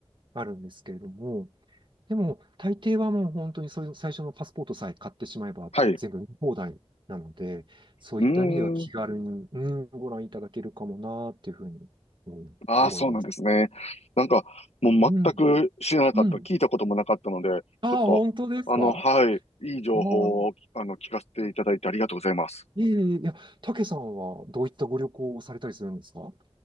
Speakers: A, on the right; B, on the left.
A: あるんですけれども、でも、大抵はもう本当にそういう最初のパスポートさえ買ってしまえば全部見放題なので、
B: はい。う
A: そういった意味では気軽に、
B: ーん。
A: うん、ご覧いただけるかもなーっていうふうに、うん、
B: ああ、
A: 思います。
B: そうなんですね。なんか、もう全く知らなかった、
A: うん。うん。
B: 聞いたこともなかったので、
A: ああ、
B: ちょっと、
A: 本当ですか
B: あの、はい、いい情報を、
A: ああ
B: あの、聞かせていただいてありがとうございます。
A: いえいえ、いや、たけさんはどういったご旅行をされたりするんですか